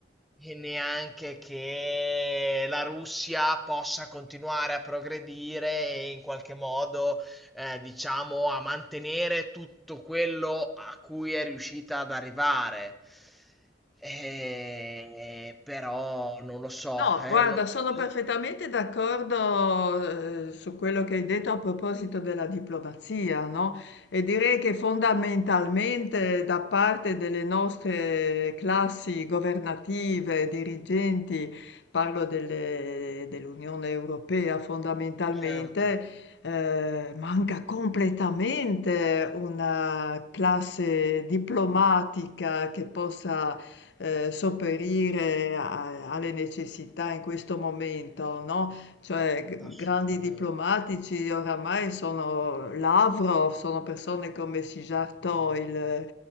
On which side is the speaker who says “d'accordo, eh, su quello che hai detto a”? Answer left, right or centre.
Left